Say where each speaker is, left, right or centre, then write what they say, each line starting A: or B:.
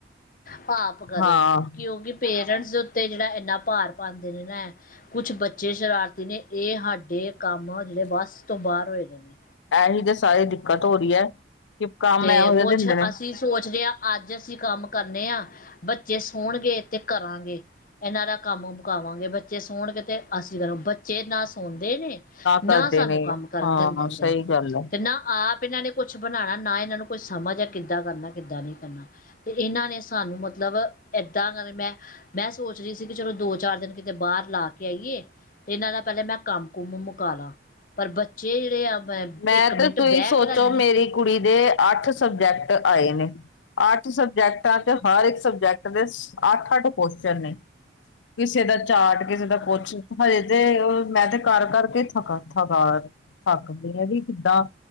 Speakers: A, on the left; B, on the left.
A: ਪਾਪ ਕਰੇ
B: ਹਾਂ
A: ਕਿਉਂਕਿ ਪੇਰੈਂਟਸ <inaudible> ਇਸ ਉੱਤੇ ਜਿਹੜਾ ਇੰਨਾ ਭਾਰ ਪਾਉਂਦੇ ਨੇ ਨਾ, ਕੁਛ ਬੱਚੇ ਸ਼ਰਾਰਤੀ ਨੇ, ਇਹ ਸਾਡੇ ਕੰਮ ਜਿਹੜੇ ਬੱਸ ਤੋਂ ਬਾਹਰ ਹੋਏ ਗਏ ਨੇ।
B: ਹੀ ਤੇ ਸਾਰੀ ਦਿੱਕਤ ਹੋ ਰਹੀ ਹੈ। ਕਿ ਕੰਮ
A: ਤੇ
B: ਇਹੋ ਜਿਹੇ
A: ਕੁਛ
B: ਦਿੰਦੇ ਨੇ
A: ਅਸੀਂ ਸੋਚਦੇ ਆ। ਅੱਜ ਅਸੀਂ ਕੰਮ ਕਰਨੇ ਹਾਂ, ਬੱਚੇ ਸੌਣਗੇ ਤੇ ਕਰਾਂਗੇ, ਇਹਨਾਂ ਦਾ ਕੰਮ ਮਕਾਵਾਂਗੇ ਬੱਚੇ ਸੋਣਗੇ ਤੇ ਅਸੀਂ ਕਰਾਂਗੇ ਬੱਚੇ ਨਾ ਸੋਣ ਨੇ
B: ਕਰਦੇ
A: ਨਾ ਸਾਨੂੰ,
B: ਨੇ
A: ਕੰਮ ਕਰਨ
B: ਹਾਂ
A: ਦਿੰਦੇ ਨੇ
B: ਸਹੀ ਗੱਲ ਹੈ
A: ਤੇ ਨਾ ਆਪ ਪਿੰਡਾਂ ਨੇ ਕੁਛ ਬਣਾਣਾ ਨਾ ਇਹਨਾਂ ਨੂੰ ਕੋਈ ਸਮਝ ਆ, ਕਿੱਦਾਂ ਕਰਨਾ ਕਿੱਦਾਂ ਨਹੀਂ ਕਰਨਾ, ਤੇ ਇਹਨਾਂ ਨੇ ਸਾਨੂੰ ਮਤਲਬ ਏਦਾਂ ਕਰ ਮੈਂ ਮੈਂ ਸੋਚ ਰਹੀ ਸੀ ਕਿ, ਚਲੋ ਦੋ ਚਾਰ ਦਿਨ ਕਿਤੇ ਬਾਹਰ ਲਾ ਕੇ ਆਈਏ ਤੇ, ਇਹਨਾਂ ਦਾ ਪਹਿਲੇਾਂ ਮੈਂ ਕੰਮ ਕੁਮ ਮੁਕਾਲਾ ਪਰ ਬੱਚੇ ਜਿਹੜੇ ਆ
B: ਮੈਂ
A: ਇੱਕ ਮਿੰਟ
B: ਤੇ, ਤੁਸੀਂ
A: ਬਹਿ
B: ਸੋਚੋ
A: ਕੇ ਰਾਜੀ ਨਹੀਂ
B: ਮੇਰੀ ਕੁੜੀ ਦੇ ਅੱਠ ਸਬਜੈਕਟ ਆਏ ਨੇ, ਅੱਠ ਸਬਜੈਕਟਾਂ ਚ ਹਰ ਇੱਕ ਸਬਜੈਕਟ ਦੇ ਅੱਠ -ਅੱਠ ਕੁਸ਼ਚਨ ਨੇ ਕਿਸੇ ਦਾ ਚਾਰਟ ਕਿਸੇ ਦਾ ਕੁਸ਼ਚ, ਹਜੇ ਤੇ ਮੈਂ ਤੇ ਕਰ ਕਰਕੇ ਥਕਾ ਥਕਾ ਥੱਕ ਵੀ ਕਿੱਦਾਂ